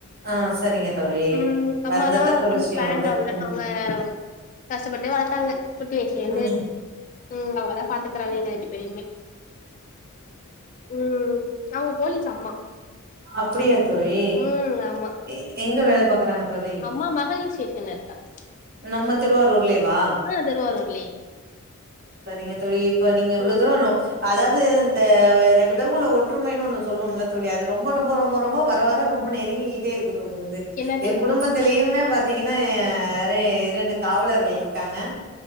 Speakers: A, on the right; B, on the left.
A: ஆ சரிங்க தோழி
B: ம் அம்மா
A: வருந்தத்தக்க
B: தா சிங்கிள்
A: விஷயோ
B: பேரண்டவங்க
A: வந்து ம்
B: அவங்க கஷ்டப்பட்டு வளர்த்தாங்க குட்டி வயஸ்லேர்ந்து
A: ம்
B: ம் அவங்கதா பாத்துக்கிறாங்க எங்க ரெண்டு பெருயுமோ ம் அவங்க போலீச் சம்மா
A: அப்டியா தோழி
B: ம் ஆமா
A: எ எங்க வேல பாக் ராங்க தோழி
B: அம்மா மகளிர் ஸ்டேஷன்ல இருக்காங்
A: நம்ம திருவாரூர்லேவா
B: ஆ திருவாரூர்லியே
A: அ சரிங்க தோழி இப்ப நீங்க இவ்ளோ
B: ம்
A: தூரோ அதாவது இந்த ரெண்டு பேருக்குள்ள ஒற்றுமைன்னு ஒன்னு சொல்லுவோம்ல தோழி அது ரொம்ப ரொம்ப ரொம்ப ரொம்ப ரொம்ப வர வர ரொம்ப நெரூங்கிட்டே இருக்கு தோழி வந்து
B: என்னது
A: என் குடும்பத்திலயுமே பாார்த்தீங்கன்னா ‌அ இரண்டு காவலர்கள் இருக்காங்க